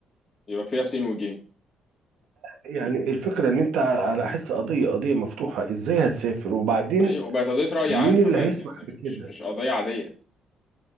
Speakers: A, on the left; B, on the right.
A: يبقى فيها سين وجيم
B: يعني الفكرة ان انت على على حس قضية قضية مفتوحة ازاي هتسافر وبعدين
A: ايوه وبقت قضية رأي
B: مين
A: عام كمان
B: اللي هيسمح
A: يعني
B: بكده
A: مش مش قضية عادية